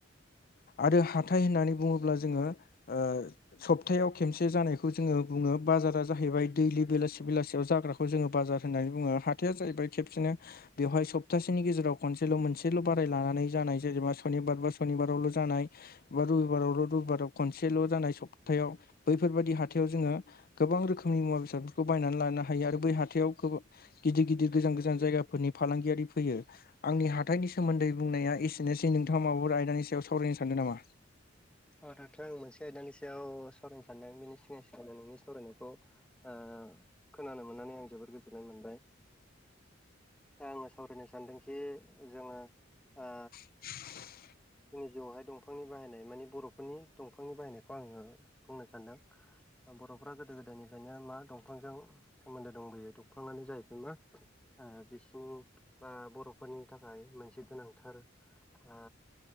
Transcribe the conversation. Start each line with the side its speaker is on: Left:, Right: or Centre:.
Left: आरो हाथाय होननानै बुङोब्ला जोङो ओ सप्तायाव खेबसे जानायखौ जोङो बुङो बाजारा जाहैबाय दैलि बेलासे बेलासियाव जाग्रा खौ जोङो बाजार होननानै बुङो हाथाया जाहैबाय खेबसेनो बेवहाय सप्तासेनि गेजेराव खनसेल' मोनसेल' बाराय लानानै जानाय जेनेबा सनिबार बा सनिबारावल' जानाय बा रबिबारावल' रबिबाराव खनसेल' जानाय सब्तायाव बैफोरबायदि हाथायाव जोङो गोबां रोखोमनि मुवा बेसादफोरखौ बायनानै लानो हायो आरो बै हाथायाव गो गिदिर गिदिर गोजान गोजान जायगाफोरनि फालांगियारि फैयो। आंनि हाथायनि सोमोन्दै बुंनाया एसेनोसै नोंथाङा माबाफोर आयदानि सायाव सावरायनो सानदों नामा?
Centre: औ दाथ' आं मोनसे आयदानि सायाव सावरायनो सानदों बेनि सिगां सिगांनो नोंनि सावरायनायखौ ओ खोनानो मोननानै आं जोबोर गोजोननाय मोनबाय आङो सावरायनो सानदोंखि जोङो ओ
Left: <inaudible>
Centre: जोंनि जिउआवहाय दंफांनि बाहायनाय माने बर'फोरनि दंफांनि बाहायनायखौ आङो बुंनो सानदों बर'फ्रा गोदो गोदायनिफ्रायनो मा दंफांजों सोमोन्दो दंबोयो दंफाङानो जाहैबाय मा ओ बिसिनि ओ बर'फोरनि थाखाय मोनसे गोनांथार ओ